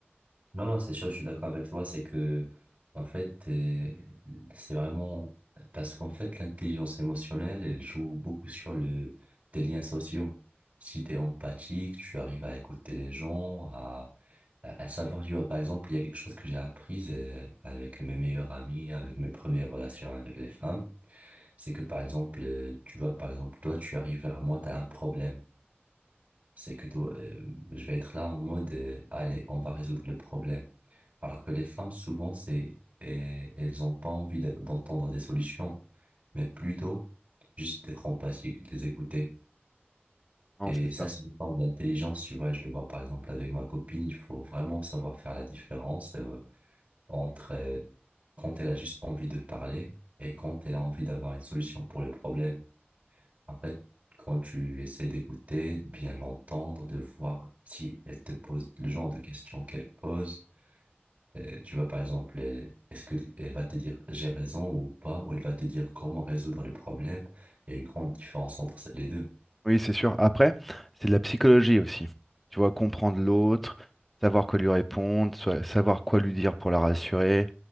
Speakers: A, on the right (about 50°); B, in the centre.
A: Non, non, c'est sûr, je suis d'accord avec toi, c'est que, en fait, euh, c'est vraiment, parce qu'en fait, l'intelligence émotionnelle, elle joue beaucoup sur le, des liens sociaux. Si t'es empathique, tu arrives à écouter les gens, à, à à savoir, tu vois, par exemple, il y a quelque chose que j'ai appris euh, avec mes meilleurs amis, avec mes premières relations avec les femmes, c'est que, par exemple, euh, tu vois, par exemple, toi, tu arrives vers moi, t'as un problème. C'est que toi, euh, je vais être là en mode, euh, allez, on va résoudre le problème. Alors que les femmes, souvent, c'est, et- elles ont pas envie d'a- d'entendre des solutions, mais plutôt juste d'être empathique, de les écouter.
B: Non,
A: Et
B: c'est
A: ça,
B: ça.
A: c'est une forme d'intelligence, tu vois. Je le vois par exemple avec ma copine, il faut vraiment savoir faire la différence euh, entre euh, quand elle a juste envie de parler et quand elle a envie d'avoir une solution pour le problème. En fait, quand tu essaies d'écouter, de bien l'entendre, de voir si elle te pose le genre de questions qu'elle pose, euh, tu vois, par exemple, euh, est-ce que elle va te dire j'ai raison ou pas, ou elle va te dire comment résoudre le problème? Il y a une grande différence entre ces- les deux.
B: Oui, c'est sûr. Après, c'est de la psychologie aussi. Tu vois, comprendre l'autre, savoir quoi lui répondre, soi- savoir quoi lui dire pour la rassurer.